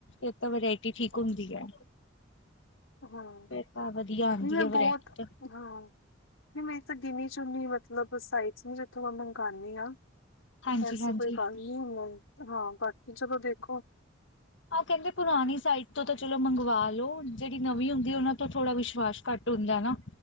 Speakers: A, on the left; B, on the left.
A: ਇਕ ਤਾਂ ਵਰਾਇਟੀ ਠੀਕ ਹੁੰਦੀ ਹੈ।
B: ਹਾਂ,
A: ਫਿਰ ਤਾਂ ਵਧੀਆ ਆਉਂਦੀ
B: ਮੈਂ
A: ਹੈ ਵਰਾਇਟੀ
B: ਬਹੁਤ
A: ਤਾਂ
B: ਹਾਂ ਨਹੀਂ ਮੇਰੀ ਤਾਂ ਗਿਨੀ ਚੁਨੀ ਮਤਲਬ ਸਾਈਟਸ ਨੇ ਜਿੱਥੋਂ ਮੈਂ ਮੰਗਵਾਉਦੀ ਹਾਂ।
A: ਹਾਂਜੀ-ਹਾਂਜੀ।
B: ਐਸੀ ਕੋਈ ਗੱਲ ਨਹੀਂ ਹੁੰ ਹਾਂ ਬਾਕੀ ਚਲੋ ਦੇਖੋ।
A: ਉਹ ਕਹਿੰਦੇ ਪੁਰਾਣੀ ਸਾਈਟ ਤੋਂ ਤਾਂ ਚਲੋ ਮੰਗਵਾ ਲਓ ਜਿਹੜੀ ਨਵੀਂ ਹੁੰਦੀ ਉਹਨਾਂ ਤੋਂ ਥੋੜਾ ਵਿਸ਼ਵਾਸ ਘੱਟ ਹੁੰਦਾ ਨਾ।